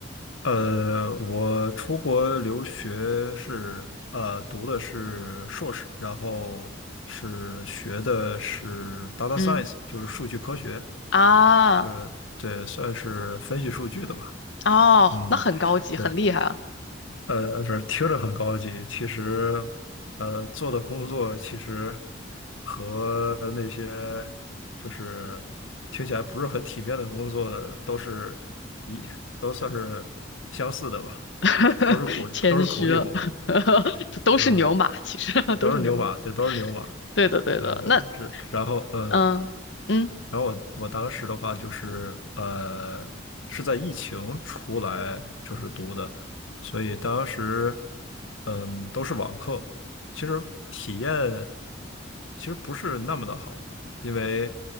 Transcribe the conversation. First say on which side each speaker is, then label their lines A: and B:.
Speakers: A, on the left; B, on the left.
A: 呃，我出国留学是呃读的是硕士，然后是学的是 data
B: 嗯
A: science，就是数据科学，
B: 啊
A: 就是对，算是分析数据的吧。
B: 哦，
A: 嗯，
B: 那很高级，
A: 对。
B: 很厉害啊，
A: 呃，不是听着很高级，其实，呃，做的工作其实和那些就是听起来不是很体面的工作的都是一都算是相似的吧，
B: <laughs>
A: 都是苦都是苦力活，
B: 谦虚了，<laughs> 都是牛马，
A: 呃，
B: 其实 <laughs> 都是牛马，
A: 都是牛马，对，都是牛马，
B: 对的对的，
A: 呃，
B: 那
A: 是，然后，呃。
B: 嗯。嗯
A: 然后我我当时的话就是呃是在疫情出来就是读的，所以当时嗯都是网课，其实体验其实不是那么的好，因为